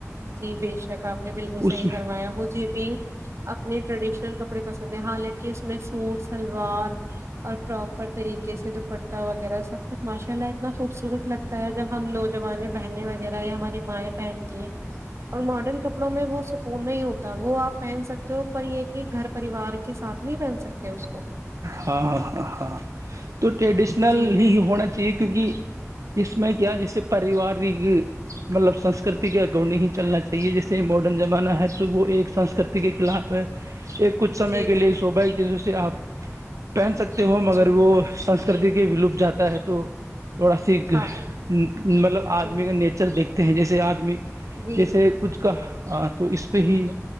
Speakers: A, on the right (about 60°); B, on the right (about 75°).
A: جی بے شک آپ نے بالکل صحیح
B: اس میں
A: فرمایا مجھے بھی اپنے ٹریڈیشنل کپڑے پسند ہیں حالانکہ اس میں سوٹ سلوار اور پراپر طریقے سے دوپٹہ وغیرہ سب کچھ ماشاء ال اتنا خوبصورت لگتا ہے جب ہم نوجوان بہنیں وغیرہ یا ہماری مائیں پہنتی ہیں اور ماڈرن کپڑوں میں وہ سکون نہیں ہوتا وہ آپ پہن سکتے ہووپ پر یہ کہ گھر پریوار کے ساتھ نہیں پہن سکتے اس کو
B: ہاں ہاں ہاں ہاں تو ٹریڈیشنل
A: جی
B: ہی ہونا چاہیے کیونکہ اس میں کیا جیسے پارریوارک مطلب سنسکرتی کے اکارڈنگ ہی چلنا چاہیے جیسے ماڈرن زمانہ ہے تو وہ ایک سنسکرتی کے خلاف ہے ایک کچھ سمے
A: جی
B: کے
A: جی
B: لیے
A: جی
B: صوبائی کی سے آپ پہن سکتے ہو مگر
A: جی
B: وہ سنسکرتی کے ولوپ جاتے تا ہے تو تھوڑا سی
A: ہاں
B: مطلب آدمی
A: جی
B: کا نیچر دیکھ ہیں جیسے آدمی
A: جی
B: جیسے کچھ کا تو اس پہ ہی